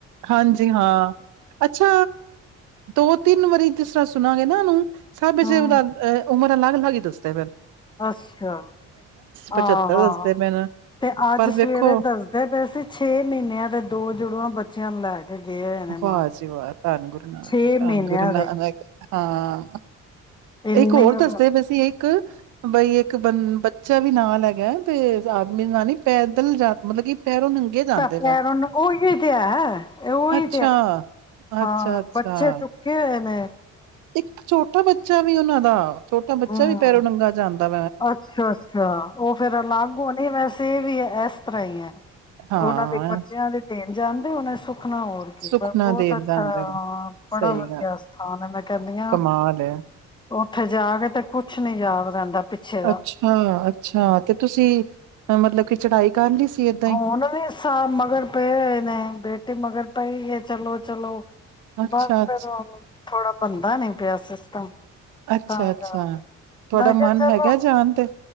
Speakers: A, on the right; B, on the left.
A: ਹਾਂਜੀ ਹਾਂ ਅੱਛਾ ਦੋ ਤਿੰਨ ਵਾਰੀ ਜਿਸ ਤਰ੍ਹਾਂ ਸੁਣਾਂਗੇ ਨਾ ਉਹਨੂੰ ਸਭੇ
B: ਹਮ
A: ਉਹਦਾ ਉਮਰ ਅਲੱਗ ਹਾਂਜੀ ਦੋਸਤੋ
B: ਅੱਛਾ
A: ਪਚੱਤਰ
B: ਆਹ ਆ
A: ਦੱਸਦੇ ਪਏ ਨੇ
B: ਤੇ ਅੱਜ
A: ਪਰ ਵੇਖੋ
B: ਸਵੇਰੇ ਦੱਸਦੇ ਪਏ ਸੀ ਛੇ ਮਹੀਨਿਆਂ ਦੇ ਦੋ ਜੁੜੂਵ ਬੱਚਿਆਂ ਨੂੰ ਲੈ ਕੇ ਗਏ ਹੋਏ ਨੇ ਮਾਂ
A: ਵਾਹ
B: ਪਿਓ
A: ਜੀਵਾਾਹ ਧੰਨ ਗੁਰੂ ਨਾਨਕ
B: ਛੇ
A: ਧੰਨ
B: ਮਹੀਨਿਆਂ
A: ਗੁਰੂ ਨਾਨਕ
B: ਦੇ
A: ਹਾਂ
B: ਇੰਨੇ
A: ਇੱਕ ਹੋਰ ਦੱਸੇ ਵੀਸੀ ਇੱਕ ਬਈ ਇੱਕ ਬੰ ਬੱਚਾ ਵੀ ਨਾਲ ਹੈਗਾ ਤੇ ਆਦਮੀ ਨਾਲ ਨੀ ਪੈਦਲ ਜਾ ਮਤਲਬ ਕਿ ਪੈਰੋਂ ਨੰਗੇ ਜਾਂਦੇ
B: ਪਿਆਰਨ
A: ਪਏ।
B: ਉਹੀਹੀ ਤੇ ਹੈ ਉਹੀ
A: ਅੱਛਾ,
B: ਹਾਂ
A: ਅੱਛਾ, ਅੱਛਾ
B: ਬੱਚੇ ਚੁੱਕੇ ਨ
A: ਇੱਕ ਛੋਟਾ ਬੱਚਾ ਵੀ ਉਹਨਾ ਦਾ ਛੋਟਾ ਬੱਚਾ
B: ਹਮ
A: ਵੀ ਪੈਰੋ ਨੰਗਾ ਜਾਂ ਆਂਦਾ
B: ਅੱਛਾ ਅੱਛਾ ਉਹ ਫੇਰ ਅਲੱਗ ਹੋਣੀ ਵੈਸੇ ਇਹ ਵੀ ਇਸ ਤਰ੍ਹਾਂ ਹੀ ਹੈ
A: ਹਾਂ,
B: ਉਹਨਾਂ ਦੇ ਬੱਚਿਆਂ ਦੀ ਦੇਣ ਜਾਂਦੇ ਉਹਨੇ ਖਣਾ ਹੋਰ
A: ਸੁੱਖ
B: ਕੀ ਬਹੁਤ
A: ਨਾ ਦੇਣ
B: ਅੱਛਾ
A: ਜਾਂਦਾ ਵਾ,
B: ਬੜਾ
A: ਸਹੀ
B: ਵਧੀਆ
A: ਗੱਲ
B: ਸਥਾਨ ਆ ਮੈਂ ਕਹਿੰਦੀ ਹ
A: ਕਮਾਲ ਹੈ।
B: ਉੱਥੇ ਜਾ ਕੇ ਤੇ ਕੁਛ ਨੀ ਯਾਦ ਰਹਿੰਦਾ ਪਿੱਛੇ ਦਾ
A: ਅੱਛਾ ਅੱਛਾ ਤੇ ਤੁਸੀਂ ਅ ਮਤਲਬ ਕਿ ਚੜਾਈ ਕਰ ਲਈ ਸੀ ਏਦਾਂ ਹੀ।
B: ਹੁਣ ਵੀ ਸਾ ਮਗਰ ਪਏ ਹੋਏ ਨੇ, ਬੇਟੀ ਮਗਰ ਪਈ ਹੈ ਚਲੋ ਚਲੋ
A: ਅੱਛਾ,
B: ਬਸ
A: ਅੱਛਾ,
B: ਫਿਰ <unintelligible> ਥੋੜਾ ਬਣਦਾ ਨੀ ਪਿਆ ਸਿਸਟਮ
A: ਅੱਛਾ,
B: <unintelligible>
A: ਅੱਛਾ ਤੁਹਾਡਾ
B: ਮੈਂ ਕਿਹਾ
A: ਮਨ
B: ਚਲੋ
A: ਹੈਗਾ ਜਾਣ ਤੇ